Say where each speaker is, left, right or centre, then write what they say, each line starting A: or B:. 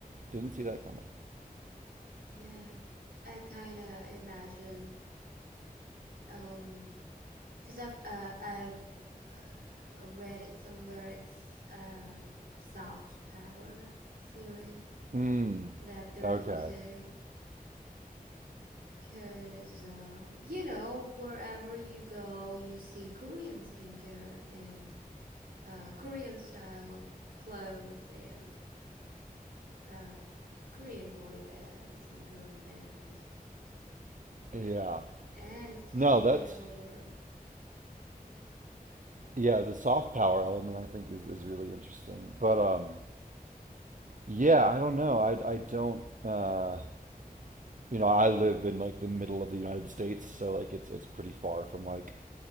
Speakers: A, on the right; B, on the right.
A: Didn't see that coming.
B: yeah. I kind of imagine, um, because I've uh, I've uh, read it somewhere. It's uh soft power theory
A: Mm,
B: that they're
A: okay.
B: using. Because uh, you know, wherever you go, you see Korean skincare and uh Korean style clothes and uh, Korean boy bands and girl bands,
A: Yeah.
B: and it's
A: No,
B: taking
A: that's
B: over.
A: yeah, the soft power element I think is, is really interesting. But um, yeah, I don't know. I I don't uh, you know, I live in like the middle of the United States, so like it's it's pretty far from like